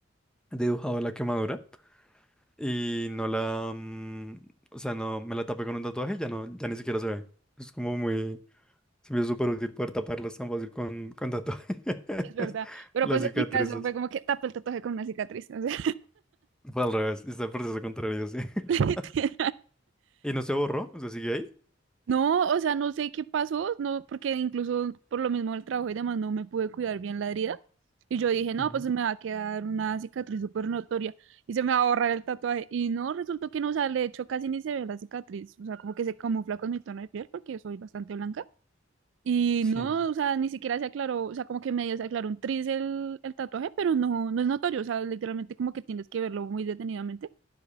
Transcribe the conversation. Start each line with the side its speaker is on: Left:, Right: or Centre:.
Centre: de dibujado de la quemadura. Y no la, mm, o sea, no, me la tapé con un tatuaje y ya no, ya ni siquiera se ve. Es como muy, se me hizo súper útil poder taparlas tan fácil con, con tatuajes, <laughs>
Right: Sí, Es verdad, pero
Centre: las
Right: pues
Centre: cicatrices.
Right: en mi caso fue como que tapé el tatuaje con una cicatriz, o sea,
Centre: Fue al revés, está el proceso contrario, sí. <laughs>
Right: <laughs> literal.
Centre: Y no se borró, o sea, sigue ahí.
Right: No, o sea, no sé qué pasó, no, porque incluso por lo mismo del trabajo y demás no me pude cuidar bien la herida. Y yo dije, no,
Centre: Ujú.
Right: pues se me va a quedar una cicatriz súper notoria y se me va a borrar el tatuaje. Y no, resultó que no, o sea, de hecho casi ni se ve la cicatriz, o sea, como que se camufla con mi tono de piel porque soy bastante blanca. Y
Centre: Sí.
Right: no, o sea, ni siquiera se aclaró, o sea, como que medio se aclaró un tris el, el tatuaje, pero no, no es notorio, o sea, literalmente como que tienes que verlo muy detenidamente.